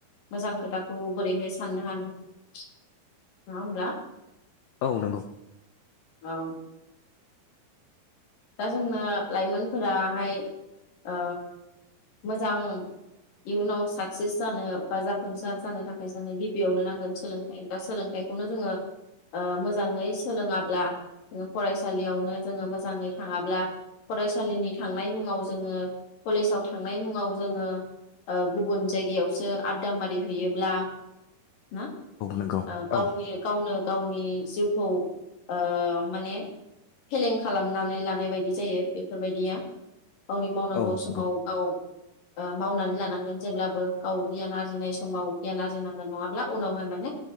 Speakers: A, on the left; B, on the left.
A: मोजां खोथाखौ बोरैहाय साननो हानो नङा होमब्ला
B: औ नंगौ
A: औ दा जोंनो लाइमोनफोराहाय ओ मोजां इयुनाव सा जे सानो बा जाफुंसार जानो थाखाय जोंनो गिबियावनो नांगोन सोलोंथाइ। दा सोलोंथाइ खौनो जोङो ओ मोजाङै सोलोङाब्ला फरायसालियावनो जोङो मोजाङै थाङाब्ला फरायसालिनि थांनाय मुङाव जोङो कलेजाव थांनाय मुङाव जोङो ओ गुबुन जायगायावसो आदामारि हैयोब्ला ना?
B: नंगौ
A: गावनि
B: औ
A: गावनो गावनि जिउखौ ओ माने फेलें खालामना नानै लानाय बायदि जायो बेफोरबायदिया। गावनि मावनांगौ
B: औ नंगौ
A: समाव गाव ओ मावनानै लानांगोन जेब्लाबो गाव गियान आरजिनाय समाव गियान आरजिनांगोन नङाब्ला उनावहाय माने